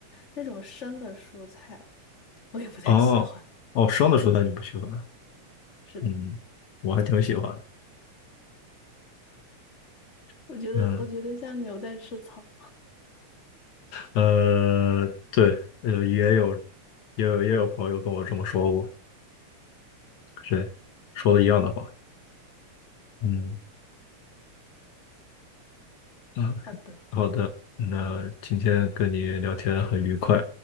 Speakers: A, on the left; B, on the left.
A: 那种生的蔬菜，我也不太喜欢。
B: 哦哦，生的蔬菜你不喜欢啊，
A: 是的，
B: 嗯，我还挺喜欢的
A: 我觉得我觉得像牛在吃草。
B: 嗯呃，对，呃，也有也有也有朋友跟我这么说过，对，说的一样的话，嗯嗯
A: 好的，
B: 好的，那今天跟你聊天很愉快，